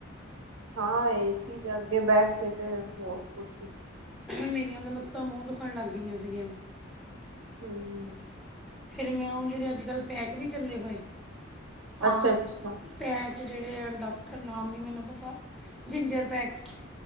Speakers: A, on the right; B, in the centre.
A: ਹਾਂ ਏ ਸੀ ਜਾ ਅਗੇ ਬੈਠ ਕੇ ਤੇ ਹੈ ਬਹੁਤ ਕੁਛ
B: ਮੇਰੀਆਂ ਤਾਂ ਲੱਤਾਂ ਬਹੁਤ ਦੁਖਣ ਲੱਗ ਗਈਆਂ ਸੀਗੀਆਂ।
A: ਹੂੰ-ਹੂੰ
B: ਫਿਰ ਮੈਂ ਉਹ ਜਿਹੜੇ ਅੱਜ ਕੱਲ੍ਹ ਪੈਕ ਨਹੀਂ ਚੱਲੇ ਹੋਏ।
A: ਅੱਛਾ
B: ਆਪ
A: ਅੱਛਾ
B: ਪੈਚ ਜਿਹੜੇ ਆ ਡਾਕਟਰ ਨਾਮ ਨਹੀਂ ਮੈਨੂੰ ਪਤਾ। Ginger pack.